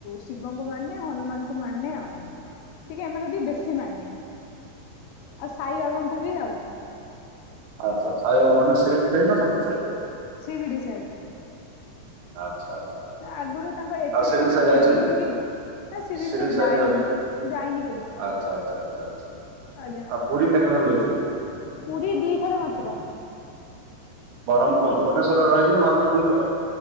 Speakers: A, on the left (about 80°); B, on the right (about 85°).
A: ଶିବଙ୍କୁ ମାନେ ହନୁମାନଙ୍କୁ ମାନେ ଆଉ। ଟିକେ ଏମାନେଙ୍କୁ ଟିକେ ବେଶୀ ମାନେ ଆଉ ସାଇ ବାବାଙ୍କୁ ବି ଆଉ
B: ଆଚ୍ଛା ଛା ସାଇବାବା ମାନେ ଶିରିଡ଼ିସାଇ ନା ସତ୍ୟସାଇ?
A: ସିରିଡିଶାଇ।
B: ଆଚ୍ଛା ଆଚ୍ଛା ଆଛା
A: ଆଗରୁ ତାଙ୍କ ଏପିସୋଡ
B: ଆଉ ଶିରିଡ଼ିସାଇ
A: ସବୁ
B: ଯାଇଛନ୍ତି?
A: ଦିଏନି କି? ନା ଶିରିଡି
B: ଶିରିଡ଼ ସାଇ
A: ଯାଇନି
B: କେବେ
A: ଯାଇନି କେବେ।
B: ଆଚ୍ଛା ଆଚ୍ଛା ଆଛା ଆଛା।
A: ଆଜ୍ଞା
B: ଆଉ ପୁରୀ କେତେଥର ଯାଇଛନ୍ତି?
A: ପୁରୀ ଦି ଥର ମାତ୍ର।
B: ବରହମପୂର୍ ଭୁବନେଶ୍ୱର ରେ ରହିକିରି ମାତ୍ର ଦୁଇଥର।